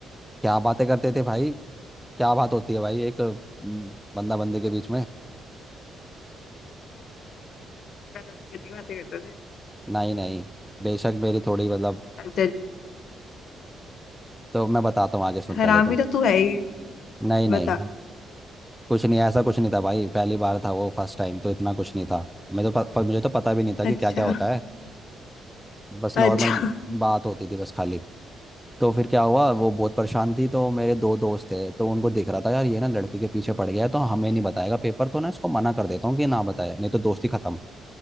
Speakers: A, in the centre; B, on the left (about 65°).
A: क्या बातें करते थे भाई क्या बात होती है भाई एक हम्म, बंदा बंदे के बीच में
B: गलत गंदी बातें करते थे
A: नहीं नहीं बेशक मेरी थोड़ी मतलब
B: अच्छा
A: तो मैं बताता हूँ आगे सुन
B: हरामी
A: पहले तू
B: तो तू है ही
A: नहीं नहीं
B: बता
A: कुछ नहीं ऐसा कुछ नहीं था भाई पहली बार था वो फर्स्ट टाइम तो इतना कुछ नहीं था मैं तो प, प, मुझे तो पता भी नहीं था
B: अच्छा
A: कि क्या क्या होता है बस
B: अच्छा
A: नॉर्मल बात होती थी बस खाली तो फिर क्या हुआ वो बहुत परेशान थी तो मेरे दो दोस्त थे तो उनको दिख रहा था यार ये ना लड़के के पीछे पड़ गया है, तो हमें नहीं बताएगा पेपर तो ना इसको मना कर देता हूँ कि ना बताए नहीं तो दोस्ती खत्म